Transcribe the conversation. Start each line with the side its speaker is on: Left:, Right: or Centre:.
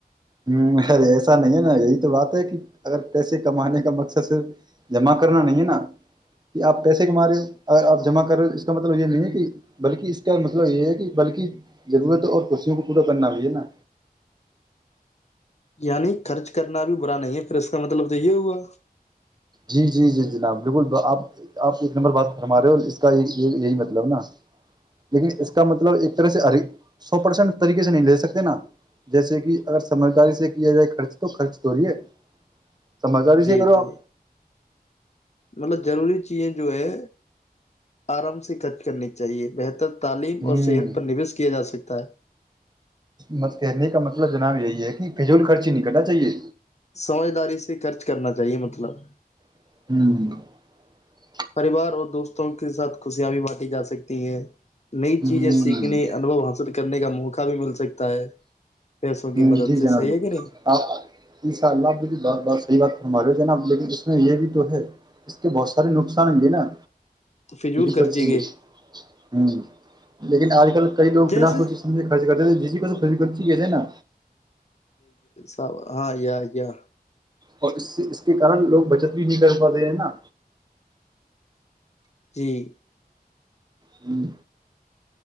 Right: ہ ارے ایسا نہیں ہے نا یہی تو بات ہے کہ اگر پیسے کمانے کا مقصد صرف جمع کرنا نہیں ہے نا کہ آپ پیسے کما رہے ہو اگر آپ جمع کر رہے ہو اس کا مطلب یہ نہیں ہے کہ بلکہ اس کا مطلب یہ ہے کہ بلکہ ضرورتوں اور کرسیوں کو پورا کرنا بھی ہے نا
Left: یعنی خرچ کرنا بھی برا نہیں ہے پھر اس کا مطلب تو یہ ہوا
Right: جی جی جی جناب بالکل آپ آپ ایک نمبر بات فرما رہے ہو اس کا یہ یہی مطلب نا لیکن اس کا مطلب ایک طرح سے سو پرسینٹ طریقے سے نہیں لے سکتے نا جیسے کہ اگر سمجھداری سے کیا جائے خرچ تو خرچ تووریے سمچار
Left: جی
Right: سےے کرو
Left: جی
Right: آپ
Left: مطلب ضروری چیزیں جو ہے آرام سے خرچ کرنی چاہیے بہتر تعلیم
Right: ہوں
Left: اور صحت پر نویش کیا جا سکتا ت
Right: م کہنے کا مطلب جناب یہی ہے کہ پجول خرچی نکٹا صحیے
Left: سمجھداری سے خرچ کرنا چاہیے مطلب
Right: ہوں ہ
Left: پریوار اور دوستوں کے ساتھ خوشیاں بھی بانٹی جا سکتی ہیں نئی
Right: ہ
Left: چیزیں سیکھنے انبھو حاصل کر کرنے کا موقع بھی مل سکتا ہے پیسوں
Right: ہ
Left: کی مدد
Right: جی
Left: سے
Right: جنانی
Left: صحیح ہے کہ نہیں
Right: آپ یہ س لب بات بت صحی بات ہمارے ہو جناب لیکن اس میں یہ بھی تو ہے اس کے بہت سارے نقصان ہ گے نا
Left: تو فضول خرچی
Right: کر ہوں
Left: کے
Right: لیکن آج کل کئی لگ
Left: جیسے
Right: بنا سوچے سمھے خرچ کرتےے جسی کو سری ک ٹھیک ہے تھ نا
Left: سب ہاں یا یا
Right: اور اس سے اس کے کارن لوگ بچت بھی نہیں کر پا رہے ہیں نا
Left: <inaudible>
Right: ہوں